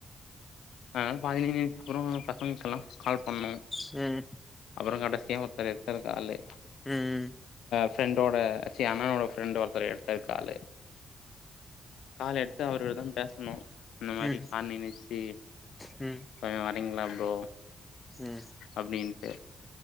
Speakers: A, on the left; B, on the left.
A: அதனால பாதிலே நின்னுட்டு அப்றோ பசங்களுக்கெல்லா கால் பண்ணோ
B: ம்
A: அப்றோ கடைசியா ஒருத்தரு அவரு கால்லயே
B: ம் ம்
A: ஃபிரண்டோட ச்சி அண்ணனோட ஃபிரெண்டு ஒரு த்தரு எடு த்தாரு காலூ கால் எ த்து அவரோடதா பேசணு இந்த மாரி
B: ம்
A: கார் நின்னிருச்சி
B: ம்
A: கொஞ்சோ வர்ரீங்ளா ப்ரோ
B: ம்
A: அப்டின்ட்டு